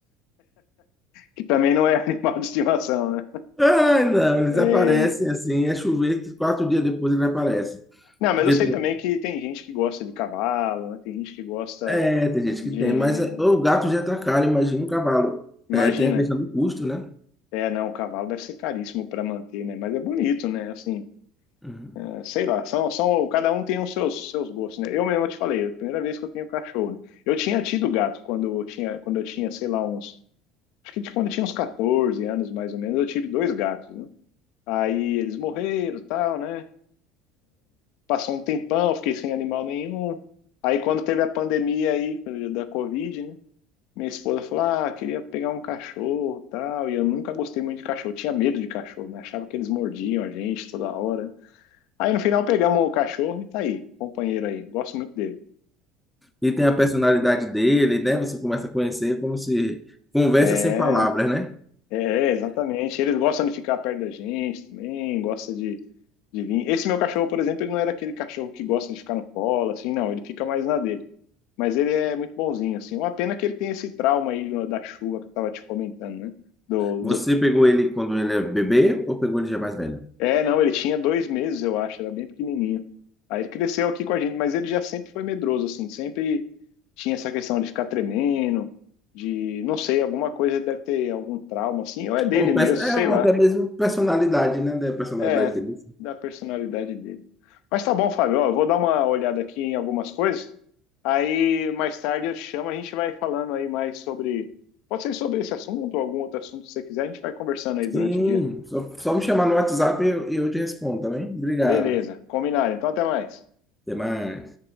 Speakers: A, on the left; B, in the centre.
A: Que também não é <laughs> animal de estimação, né?
B: <laughs> Ai, não, eles
A: É,
B: aparecem assim, é chover, quatro dias depois eles aparecem.
A: Não, mas
B: Porque
A: eu sei
B: tem,
A: também que tem gente que gosta de cavalo, né? Tem gente que gosta
B: é, tem gente
A: de.
B: que tem, mas é, o gato já tá caro, imagina um cavalo.
A: Imagina.
B: É, tem a questão do custo, né?
A: É, não, o cavalo deve ser caríssimo para manter, né? Mas é bonito, né? Assim,
B: Uhum.
A: é, sei lá, são, são, cada um tem os seus, seus gostos, né? Eu mesmo te falei, é a primeira vez que eu tenho cachorro. né? Eu tinha tido gato quando eu tinha, quando eu tinha, sei lá, uns. Acho que quando eu tinha uns 14 anos, mais ou menos, eu tive dois gatos, né? Aí eles morreram, e tal, né? Passou um tempão, fiquei sem animal nenhum. Aí quando teve a pandemia aí da Covid, né? Minha esposa falou: "Ah, queria pegar um cachorro, tal". E eu nunca gostei muito de cachorro, tinha medo de cachorro, né? Achava que eles mordiam a gente toda hora. Aí no final pegamos o cachorro e tá aí, companheiro aí. Gosto muito dele.
B: E tem a personalidade dele, né? Você começa a conhecer como se conversa
A: É,
B: sem palavras, né?
A: é, exatamente. Eles gostam de ficar perto da gente também, gosta de, de vir. Esse meu cachorro, por exemplo, ele não era aquele cachorro que gosta de ficar no colo, assim, não. Ele fica mais na dele. Mas ele é muito bonzinho, assim. Uma pena que ele tem esse trauma aí do- da chuva que eu tava te comentando, né? Do,
B: Você
A: do...
B: pegou ele quando ele é bebê ou pegou ele já mais velho?
A: É, não, ele tinha dois meses, eu acho, era bem pequenininho. Aí ele cresceu aqui com a gente, mas ele já sempre foi medroso, assim. Sempre tinha essa questão de ficar tremendo, de, não sei, alguma coisa deve ter algum trauma, assim. Ou é dele
B: Ou,
A: mesmo,
B: pe-
A: sei
B: é, ou
A: lá.
B: até mesmo personalidade, né? Da personalidade
A: É,
B: dele.
A: da personalidade dele. Mas tá bom, Fábio. Ó, eu vou dar uma olhada aqui em algumas coisas. Aí mais tarde eu te chamo, a gente vai falando aí mais sobre. Pode ser sobre esse assunto ou algum outro assunto que você quiser, a gente vai conversando aí durante
B: Sim,
A: o dia.
B: só, só me chamar no WhatsApp e eu, e eu te respondo, tá bem? Obrigado.
A: Beleza, combinado. Então até mais.
B: Até mais.